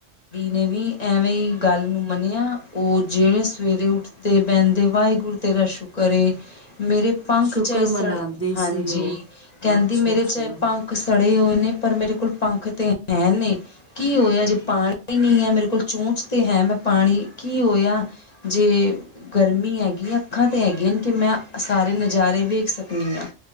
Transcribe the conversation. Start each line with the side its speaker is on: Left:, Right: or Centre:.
Left: ਨੇ ਵੀ ਐਵੇਂ ਹੀ ਗੱਲ ਨੂੰ ਮੰਨਿਆ ਉਹ ਜਿਹੜੇ ਸਵੇਰੇ ਉੱਠਦੇ ਬਹਿੰਦੇ ਵਾਹਿਗੁਰੂ ਤੇਰਾ ਸ਼ੁਕਰ ਏ ਮੇਰੇ ਪੰਖ
Right: ਸ਼ੁਕਰ
Left: ਚ ਇਹ ਸੜੇ,
Right: ਮਨਾਂਦੀ
Left: ਹਾਂਜੀ
Right: ਸੀ ਉਹ।
Left: ਕਹਿੰਦੀ
Right: ਅੱਛਾ-ਅੱਛਾ,
Left: ਮੇਰੇ ਚਾਹੇ ਪੰਖ ਸੜੇ ਹੋਏ ਨੇ ਪਰ ਮੇਰੇ ਕੋਲ ਪੰਖ ਤੇ ਹੈਅ ਨੇ- ਕੀ ਹੋਇਆ ਜੇ ਪਾਣੀ ਨਈ ਹੈ ਮੇਰੇ ਕੋਲ ਚੂੰਚ ਤੇ ਹੈ ਮੈਂ ਪਾਣੀ ਕੀ ਹੋਇਆ ਜੇ ਗਰਮੀ ਹੈਗੀ ਅੱਖਾਂ ਤੇ ਹੈਗੀ ਕਿ ਮੈਂ ਸਾਰੇ ਨਜ਼ਾਰੇ ਵੇਖ ਸਕਦੀ ਹਾਂ